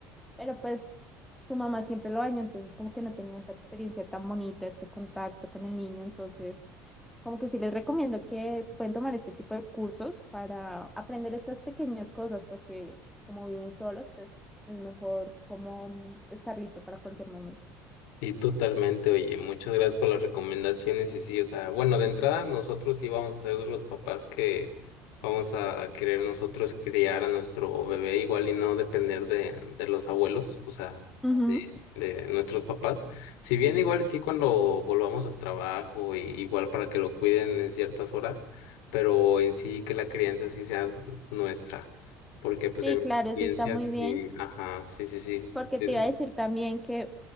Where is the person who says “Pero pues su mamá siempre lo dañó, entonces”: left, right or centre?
Centre